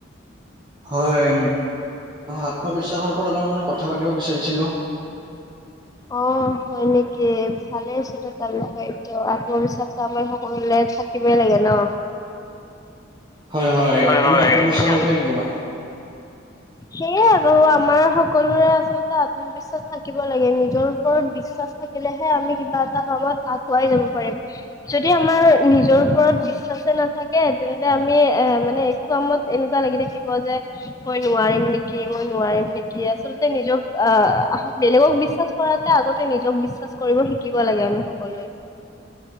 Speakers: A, on the right; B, on the left.
A: হয় আত্মবিশ্বাসৰ পৰা অলপ মানে কথা পাতিব বিচাৰিছিলোঁ।
B: অ', হয় নেকি ভালে আছিলে তালৈ হয়টো আত্মবিশ্বাসটো আমাৰ কৰিলে থাকিবই লাগে ন।
A: হয় হয় তুমি
B: হয়
A: আত্মবিশ্বাসৰ
B: তুমি
A: বিষয়ে ক'বা?
B: সেয়ে আৰু আমাৰ সকলোৰে আচলতে আত্মবিশ্বাস থাকিব লাগে নিজৰ ওপৰত বিশ্বাস থাকিলেহে আমি কিবা এটা কামত আগুৱাই যাব পাৰিম। যদি আমাৰ নিজৰ ওপৰত বিশ্বাস বিশ্বাসে নাথাকে তেন্তে আমি এ মানে একো কামত এনেকুৱা লাগি থাকিব যে মই নোৱাৰিম নেকি মই নোৱাৰিম নেকি আচলতে নিজক আহ বেলেগক বিশ্বাস কৰাতে আগতে নিজক বিশ্বাস কৰিব শিকিব লাগে আমি সকলোৱে।